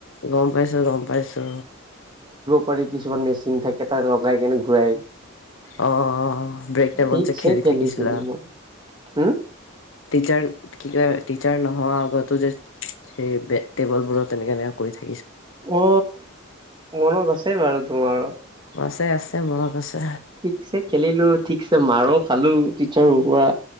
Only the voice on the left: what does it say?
গম পাইছো, গম পাইছো।
অ ব্ৰেক টাইমত
যে খেলি
থাকিছিলা
টিচাৰ কি, টিচাৰ নহোৱা আগতো যে সেই টেবুল বোৰো, তেনেকে এনেকে কৰি থাকে।
আছে, আছে। মনত আছে